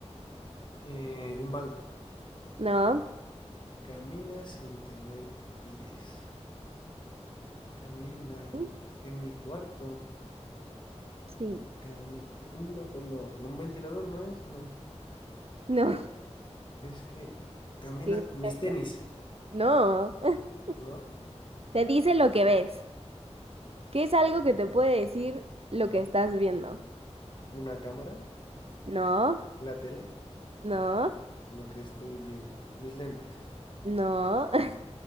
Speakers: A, on the left; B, on the right.
A: Eh, un banco.
B: ¿No?
A: Camina sin tener pies. Camina
B: Ujú.
A: en mi cuarto.
B: Sí.
A: Cami- un, ve- no, no, un ventilador no es, no.
B: No. <laughs>
A: Es que camina
B: Sí, exacto.
A: mis tenis,
B: No. <laughs>
A: ¿no?
B: Te dice lo que ves. ¿Qué es algo que te puede decir lo que estás viendo?
A: Una cámara,
B: No.
A: la tele,
B: No.
A: lo que estoy viendo, mis lentes.
B: No. <laughs>